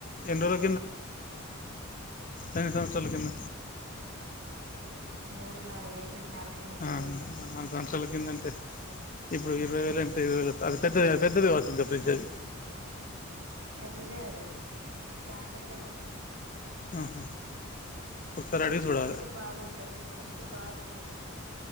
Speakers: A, on the left (about 40°); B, on the right (about 65°).
A: ఎన్ని రోజుల ఎన్ని సంవత్సరాల
B: అదా
A: కింద
B: మూడు నాలుగు ఐదు నాలుగు సంవత్సరాలు
A: ఆ
B: అయిద్ది
A: నాలుగు సంవత్సరాల కిందంటే ఇప్పుడు ఇరవై వేలంట ఇరవ వేల అది పెద్దది పెద్దదివచ్చుంకా ఫ్రిడ్జ్ అది
B: పెద్దదే అది చానా పెద్దగా ఉంటది
A: ఉమ్ హ ఒకసారి అడిగి చూడవా
B: ఎత్తు బాగుంటది ఎత్తు బాగుంటది